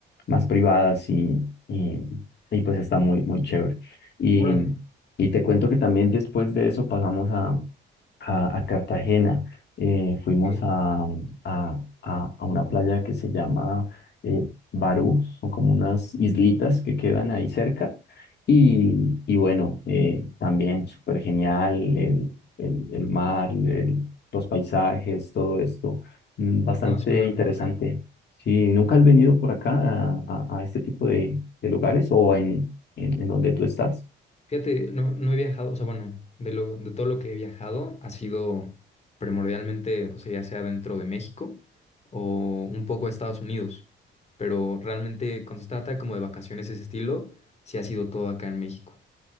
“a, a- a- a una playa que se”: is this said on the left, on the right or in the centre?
Left